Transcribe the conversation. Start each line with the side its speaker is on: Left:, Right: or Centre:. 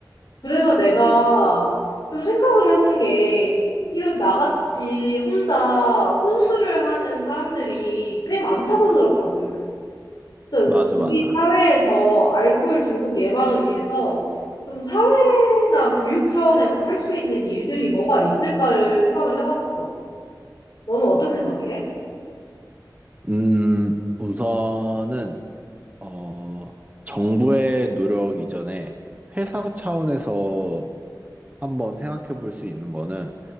Left: 그래서 내가 좀 생각을 해본 게 이런 나같이 혼자 혼술을 하는 사람들이 꽤 많다고 들었거든. 그래서
Right: 맞아,
Left: 우리
Right: 맞아.
Left: 사회에서 알코올 중독 예방을 위해서 좀 사회나 교육 차원에서 할 수 있는 일들이 뭐가 있을까를 생각을 해봤어. 너는 어떻게 생각해?
Right: 음, 우선은, 어, 정부의 노력 이전에 회사 차원에서 한번 생각해 볼 수 있는 거는